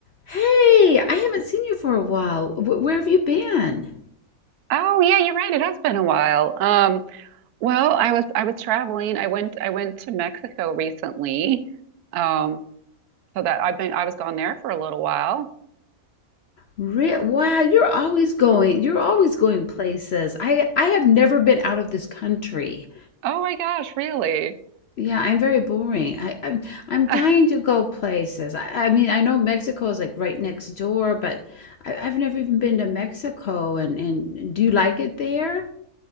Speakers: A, on the left; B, on the right.
A: Hey, I haven't seen you for a while. Wh- where have you been?
B: Oh yeah, you're right. It has been a while. Um, well, I was I was traveling. I went I went to Mexico recently. Um, so that I've been I was gone there for a little while.
A: Re- wow, you're always going. You're always going places. I I have never been out of this country.
B: Oh my gosh, really?
A: Yeah, I'm very boring. I, I'm I'm dying
B: <laughs>
A: to go places. I, I mean, I know Mexico is like right next door, but I, I've never even been to Mexico. And and do you like it there?